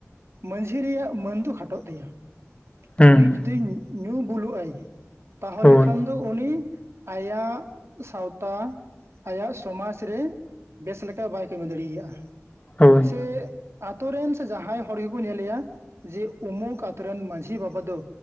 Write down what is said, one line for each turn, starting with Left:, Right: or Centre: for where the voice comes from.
Right: ᱢᱟᱺᱡᱷᱤ ᱨᱮᱭᱟᱜ ᱢᱟᱹᱱ ᱫᱚ ᱠᱷᱟᱴᱚᱜ ᱛᱟᱭᱟ
Left: ᱦᱩᱸ,
Right: ᱩᱱᱤ ᱡᱩᱫᱤ ᱧᱩ ᱵᱩᱞᱩᱜᱼ ᱟᱭ ᱛᱟᱦᱚᱞᱮ
Left: ᱦᱳᱭ,
Right: ᱠᱷᱟᱱ ᱫᱚ ᱩᱱᱤ ᱟᱭᱟᱜ ᱥᱟᱶᱛᱟ ᱟᱭᱟᱜ ᱥᱚᱢᱟᱡ ᱨᱮ ᱵᱮᱥ ᱞᱮᱠᱟ ᱵᱟᱭ ᱠᱟᱹᱢᱤ ᱫᱟᱲᱮᱭᱟᱜᱼᱟ
Left: ᱦᱳᱭ,
Right: ᱥᱮ ᱟᱛᱳ ᱨᱮᱱ ᱥᱮ ᱡᱟᱦᱟᱸᱭ ᱦᱚᱲ ᱜᱮᱠᱚ ᱧᱮᱞᱮᱭᱟ ᱡᱮ ᱩᱢᱩᱠ ᱟᱛᱳ ᱨᱮᱱ ᱢᱟᱺᱡᱷᱤ ᱵᱟᱵᱟ ᱫᱚ